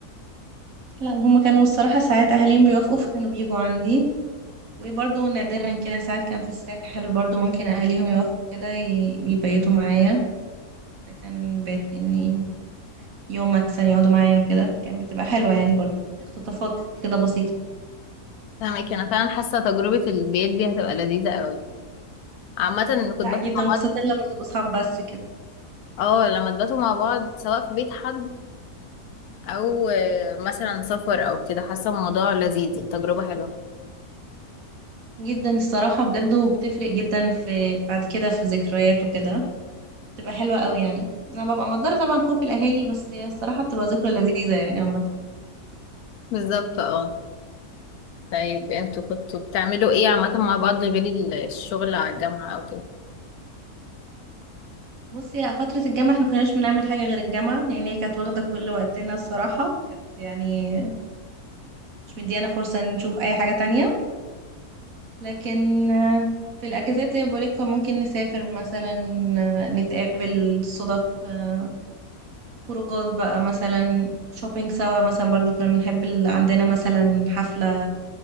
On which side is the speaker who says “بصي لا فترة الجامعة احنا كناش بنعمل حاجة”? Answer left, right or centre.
Right